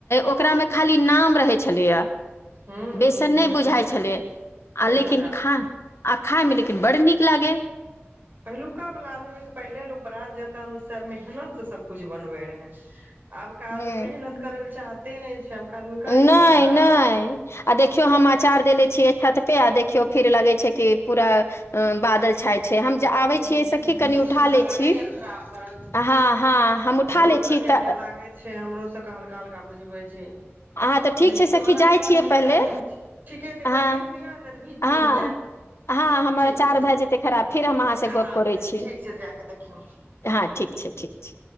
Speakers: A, on the left; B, on the right.
A: ओकरा मे खाली नाम रहै छलैय
B: हूँ
A: बेसन
B: हूँ
A: नहि बुझाइ छलै आ
B: बेसन
A: लेकिन खा आ खायमे लेकिन बड्ड नीक लागै
B: पहिलूका बला आदमी क पहिले लोक बरा जेतन से मेहनत से सबकुछ बनबे रहै आबका आदमी
A: हूँ
B: मेहनत करै लए चाहते नहि छै आबका आदमी करैया
A: नहि
B: मेहनत
A: नहि आ देखियौ हम अचार देेले छियै छत पे आ देखियौ फिर लगै छै कि पूरा बादल छाय छै हम जे आबै
B: हूं
A: छियै
B: हूं
A: सखी कनि
B: मौसम
A: उठा
B: तऽ
A: लै
B: लागैया
A: छी
B: खराब करत
A: हँ हँ हम उठा
B: हमरो
A: लै
B: सबके
A: छी तऽ
B: एने लागे छै हमरो सबके हल्का हल्का बुझबै छै
A: अहाँ तऽ ठीक
B: देखियौ
A: छै सखी
B: अना
A: जाइ
B: तऽ घरमे
A: छियै पहिले
B: तऽ नहि बुझै छि ठीके छै एकबर
A: हँ
B: देख लिय‌ नहितऽ भीज
A: हँ
B: तीज जायत
A: हँ हमर
B: ठीक
A: अचार
B: ठीक
A: भए जेतै खराब फेर हम अहाँसँ
B: खराब
A: गप करै
B: भैय जेते
A: छी
B: ठीक छै जाकऽ देखियौ
A: हँ ठीक छै ठीक छै